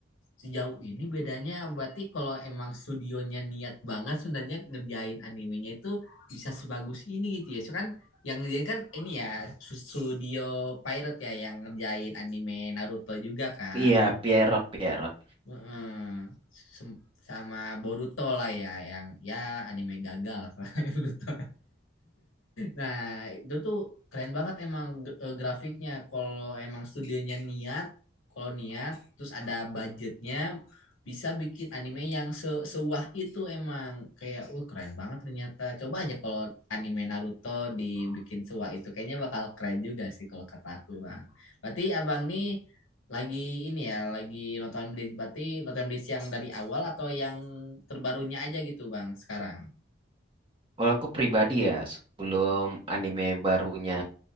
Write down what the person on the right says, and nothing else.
Iya, Pierrot, Pierrot.
Kalau aku pribadi ya, sebelum anime barunya